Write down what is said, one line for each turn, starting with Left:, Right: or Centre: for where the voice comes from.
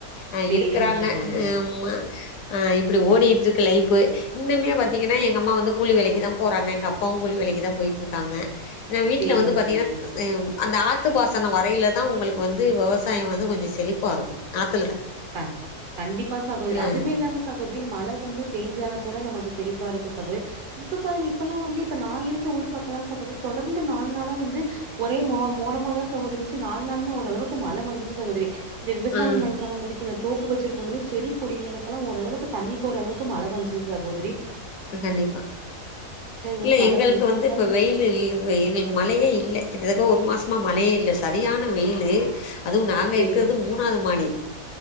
Left: அஹ
Right: சேரிங்க
Left: இருக்கறாங்க
Right: சகோதரி
Left: ஆஹமா. ஆ இப்டி ஓடிகிட்டு இருக்கு லைஃப்பு. இன்னுமே பாத்தீங்னா எங்க அம்மா வந்து கூலி வேலக்கிதா போறாங்க எங்க அப்பாவு கூலி வேலக்கிதா போயிட்டு இருக்காங்க. எ வீட்டுல
Right: சேரிங்க
Left: வந்து பாத்தீங்னா
Right: சேரிங்க சகோதரி
Left: அந்த ஆட். த்து பாசன வரையிலதா உங்களுக்கு வந்து விவசாய வந்து கொஞ்சோ செழிப்பா இருக்கு அத்.
Right: கா கண்டிப்பா சகோதிரி
Left: ம்
Right: அதுவுமே இல்லாம சகோதிரி மழ வந்து தேஞ்சா கூட நமக்கு. செளிப்பாருக்கு சகோதரி. இப்ப பாருங்க இப்பெல்லா வந்து இப்ப நா இருக். கு ஊர் பக்கலா சகோதரி தொடர்ந்து நாலு நாளா வந்து ஒரே ம மோடமாதா சகோதிரி இருந்துச்சி நாலு நாளுமே ஓரளவுக்கு மழ வந்துச்சி சகோதிரி. இந்த விவசாய
Left: ம்
Right: பண்றவங்களுக். இந்த தோப்பு வச்சிருக்கோங்களே செடி கொடிகளுக்கெல்லா ஓரளவுக்கு தண்ணி போற அளவுக்கு மழ வஞ்ஞிசி சகோதிரி.
Left: கண்டிப்பா. இல்ல
Right: வந்து மழ
Left: எங்களுக்கு
Right: வந்துச்சுங்களா
Left: வந்து இப்ப வெயில் இல் எங்களுக்கு மழையே இல்ல. கிட்டத்தட்ட ஒரு மாசமா மழையே இல்ல சரியான வெயிலூ. அதுவு நாங்க
Right: ஓ சேரிங்க
Left: இருக்கிறது
Right: சகோதரி
Left: மூணாவது மாடி.